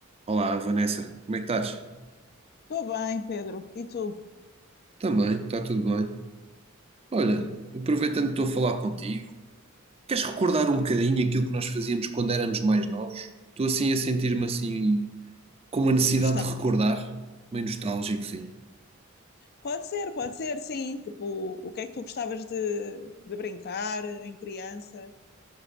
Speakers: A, on the right (about 25°); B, on the left (about 45°).
A: Olá, Vanessa, como é que estás?
B: Estou bem, Pedro. E tu?
A: Também, está tudo bem. Olha, aproveitando que estou a falar contigo, queres recordar um bocadinho aquilo que nós fazíamos quando éramos mais novos? Estou assim a sentir-me assim com uma necessidade
B: Nostálgico.
A: de recordar, meio nostálgico, sim.
B: Pode ser, pode ser, sim. Tipo, o que é que tu gostavas de, de brincar em criança?